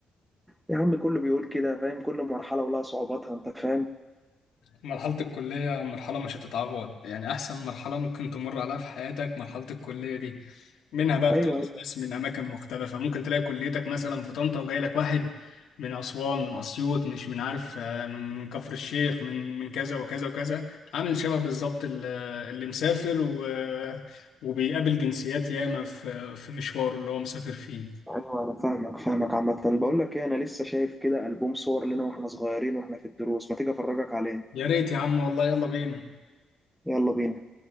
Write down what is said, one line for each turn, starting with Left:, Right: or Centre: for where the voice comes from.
Centre: يا عم كله بيقول كده فاهم كل مرحله ولها صعوباتها انت فاهم
Left: مرحلة الكلية مرحلة مش هتتعوض يعني أحسن مرحلة ممكن تمر عليها في حياتك مرحلة الكلية دي منها بقى اه
Centre: ايوه
Left: بتعرف
Centre: ايوه
Left: ناس من أماكن مختلفة ممكن تلاقي كليتك مثلا في طنطا وجاي لك واحد من أسوان من أسيوط مش من عارف آه، من كفر الشيخ من من كذا وكذا وكذا عامل شبه بالظبط ال- آه، اللي مسافر و... آه، وبيقابل جنسيات ياما في آه، في مشواره اللي هو مسافر فيه
Centre: ايوه انا فاهمك فاهمك عامه بقول لك ايه انا لسه شايف كده البوم صور لنا واحنا صغيرين واحنا في الدروس ما تيجي افرجك عليه
Left: يا ريت يا عم والله يلا بينا
Centre: يلا بينا